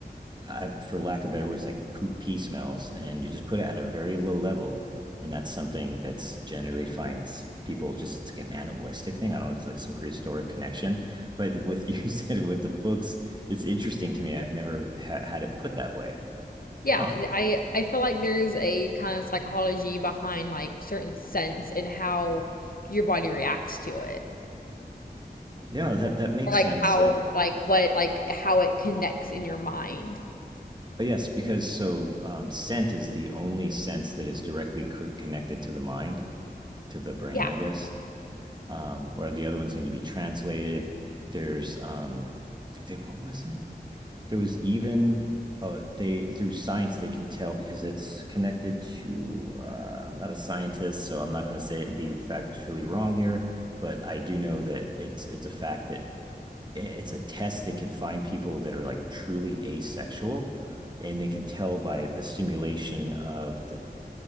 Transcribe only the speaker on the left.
Yeah,
th- I I feel like there's a kind of psychology behind like certain scents and how your body reacts to it.
or like
how
like what like how it connects in your mind.
Yeah.